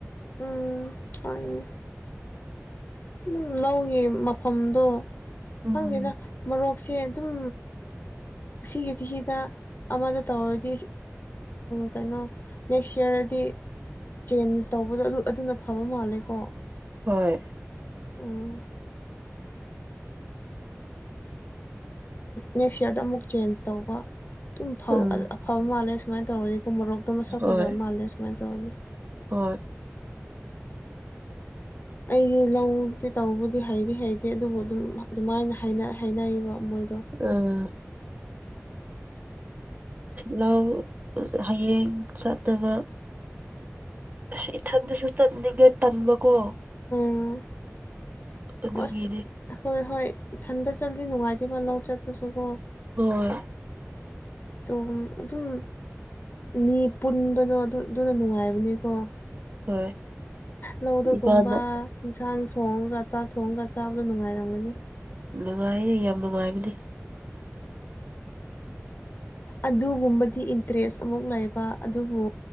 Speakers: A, on the left (about 45°); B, on the right (about 35°).
A: ꯎꯝ ꯍꯅꯦ ꯑꯗꯨꯝ ꯂꯧꯒꯤ ꯃꯐꯝꯗꯣ
B: ꯎꯝ
A: ꯈꯪꯗꯦꯗ ꯃꯔꯣꯔꯣꯛꯁꯦ ꯑꯗꯨꯝ ꯑꯁꯤꯒꯤ ꯆꯍꯤꯗ ꯑꯃꯗ ꯇꯧꯔꯗꯤ ꯀꯩꯅꯣ ꯅꯦꯛꯁ ꯏꯌꯥꯔꯗꯗꯤ ꯆꯦꯟꯖ ꯇꯧꯕꯗꯣ ꯑꯗꯨ ꯑꯗꯨꯅ ꯐꯕ ꯃꯥꯜꯂꯦꯀꯣ
B: ꯍꯣꯏ
A: ꯎꯝ ꯅꯦꯛꯁ ꯏꯌꯥꯔꯗ ꯑꯃꯨꯛ ꯆꯦꯟꯖ ꯇꯧꯕ ꯑꯗꯨꯝ
B: ꯎꯝ
A: ꯑꯐꯕ ꯃꯥꯜꯂꯦ ꯁꯨꯃꯥꯏꯅ ꯇꯧꯔꯅꯤꯀꯣ ꯃꯣꯔꯣꯛ ꯑꯗꯣꯁ
B: ꯍꯣꯏ
A: ꯐꯖꯕ ꯃꯥꯜꯂꯦ ꯁꯨꯃꯥꯏꯅ ꯇꯧꯔꯅꯤ
B: ꯍꯣꯏ
A: ꯑꯩꯗꯤ ꯂꯧꯛꯇꯤ ꯇꯧꯕꯗꯤ ꯍꯩꯗꯤ ꯍꯩꯇꯦ ꯑꯗꯨꯕꯨ ꯑꯗꯨꯝ ꯑꯗꯨꯃꯥꯏꯅ ꯍꯥꯏꯅꯩꯌꯦꯕ ꯃꯣꯏꯗꯣ
B: ꯑꫭ꯫ ꯂꯧ ꯍꯌꯦꯡ ꯆꯠꯅꯕ ꯑꯁ ꯏꯊꯟꯗꯁꯨ ꯆꯟꯅꯤꯡꯉꯦ ꯇꯟꯕꯀꯣ꯫
A: ꯎꯝ꯫
B: ꯑꯗꯨꯒꯤꯅꯤ꯫
A: ꯑꯁ ꯍꯣꯏ ꯍꯣꯏ ꯏꯊꯟꯇ ꯆꯠꯂꯤ ꯅꯨꯡꯉꯥꯏꯇꯦꯕ ꯂꯧ ꯆꯠꯄꯁꯨꯀꯣ꯫
B: ꯑꯣꯏ꯫
A: ꯇꯣ ꯑꯗꯨꯝ ꯃꯤ ꯄꯨꯟꯕꯗꯣ ꯑꯗꯨ ꯑꯗꯨꯅ ꯅꯨꯡꯉꯥꯏꯕꯅꯤꯀꯣ꯫
B: ꯍꯣꯏ
A: ꯂꯧꯗꯒꯨꯝꯕ
B: ꯏꯃꯥꯅ
A: ꯌꯦꯟꯁꯥꯡ ꯁꯣꯡꯉꯒ ꯆꯥꯛ ꯊꯣꯡꯉꯒ ꯆꯥꯕꯗꫭ ꯅꯨꯡꯉꯥꯏꯔꯝꯒꯅꯤ꯫
B: ꯅꯨꯡꯉꯥꯏꯌꯦ ꯌꯥꯝ ꯅꯨꯡꯉꯥꯏꯕꯅꯤ꯫
A: ꯑꯗꯨꯒꯨꯝꯕꯗꯤ ꯏꯟꯇꯔꯦꯁ ꯑꯃꯨꯛ ꯂꯩꯕ ꯑꯗꯨꯕꯨ